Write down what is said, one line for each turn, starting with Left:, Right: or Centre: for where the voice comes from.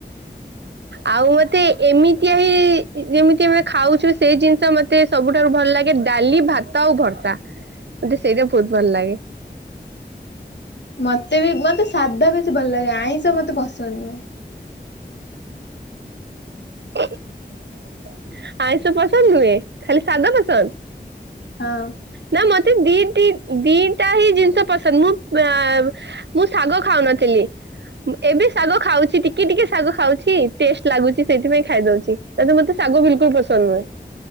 Right: ଆଉ ମତେ ଏମିତିଆ ହି ଯେମିତି ଆମେ ଖାଉଛୁ ସେଇ ଜିନିଷ ମ ତେ ସବୁଠାରୁ ଭଲ ଲାଗେ ଡାଲି, ଭାତ, ଆଉ ଭର୍ତା ମତେ ସେଇଟା ବହୁତ ଭଲ ଲାଗେ।
Left: ମତେ ବି ମତେ ସାଧା ବେଶୀ ଭଲ ଲାଗେ ଆଇଁଷ ମତେ ପସନ୍ଦ ନୁହେଁ।
Right: <inaudible> ଆଇଁଷ ପସନ୍ଦ ନୁହେଁ, ଖାଲି ସାଧା ପସନ୍ଦ?
Left: ହଁ।
Right: ନା ମତେ ଦି ଦି ଦିଟା ହିଁ ଜିନିଷ ପସନ୍ଦ ମୁଁ ଆହ୍ ମୁଁ ଶାଗ ଖାଉନଥିଲି। ଏବେ ଶାଗ ଖାଉଛି ଟିକେ ଟିକେ ଶାଗ ଖାଉଛି ଟେଷ୍ଟ ଲାଗୁଛି ସେଇଥିପାଇଁ ଖାଇଦଉଛି, ହେଲେ ମତେ ଶାଗ ବିଲ୍ କୁଲ୍ ପସନ୍ଦ୍ ନୁହେଁ